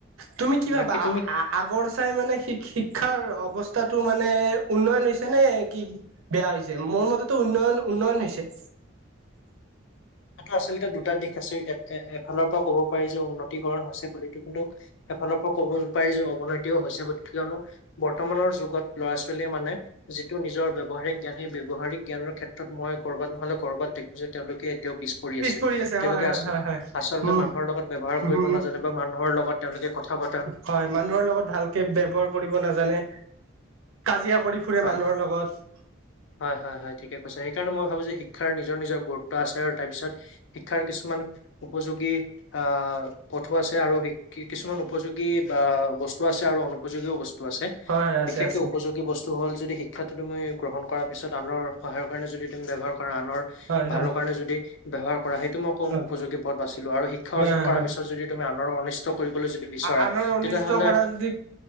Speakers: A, on the right; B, on the left.
A: তুমি কি ভাবা
B: বাকী তুমি
A: আ আগৰ চাই মানে শি-শিক্ষাৰ অৱস্থাটো মানে উন্নয়ন হৈছে নে কি? বেয়া হৈছে, মোৰ মতেতো উন্নয়ন, উন্নয়ন হৈছে।
B: এইটো আচলতে দুটা দিশ আছে, এ-এ-এফালৰ পৰা ক'ব পাৰি যে উন্নতিকৰণ হৈছে বুলিতো কিন্তু এফালৰ পৰা ক'ব পাৰি যে অৱনতিও হৈছে কিয়নো বৰ্তমানৰ যুগত ল'ৰা ছোৱালীয়ে মানে যিটো নিজৰ ব্যৱহাৰিক জ্ঞান সেই ব্যৱহাৰিক জ্ঞানৰ ক্ষেত্ৰত মই ক'ৰবাত নহ'লে ক'ৰবাত দেখো যে তেওঁলোকে তেওঁ পিছ কৰি আছে,
A: পৰি
B: তেওঁলোকে
A: হয় হয়
B: আচ
A: হয় হয়
B: আচলতে
A: উম
B: মানুহৰ লগত ব্যৱহাৰ
A: উম
B: কৰিব নাজানে বা মানুহৰ লগত তেওঁলোকে কথা পতা
A: হয় মানুহৰ লগত ভালকে ব্যৱহাৰ কৰিব নাজানে, কাজিয়া কৰি ফুৰে
B: হয়
A: মানুহৰ
B: হয়।
A: লগত।
B: হয় হয় হয় ঠিকে কৈছা, সেইকাৰণে মই ভাবোঁ যে শিক্ষাৰ নিজৰ নিজৰ গুৰুত্ব আছে আৰু তাৰপিছত শিক্ষাৰ কিছুমান উপযোগী আ, পথো আছে আৰু শি কি কিছুমান উপযোগী বা বস্তু আছে আৰু অনুপযোগীও বস্তু আছে।
A: হয় হয় আছে
B: বিশেষকে
A: আছে
B: উপযোগী বস্তু হ'ল যদি শিক্ষাটো তুমি গ্ৰহণ কৰাত পিছত আনৰ সহায়ৰ কাৰণে যদি তুমি ব্যৱহাৰ কৰা আনৰ
A: হয়
B: ভালৰ
A: হয়
B: কাৰণে যদি ব্যৱহাৰ কৰা সেইটো মই ক'ম
A: হয়
B: উপযোগী পথ বাছি লোৱা আৰু শিক্ষা
A: হয়
B: অৰ্জন
A: হয়
B: কৰাৰ
A: হয়
B: পিছত যদি তুমি আনৰ অনিষ্ট কৰিবলৈ যদি বিচৰা
A: আনৰ অনিষ্ট
B: তেতিয়াহ'লে
A: কৰা যদি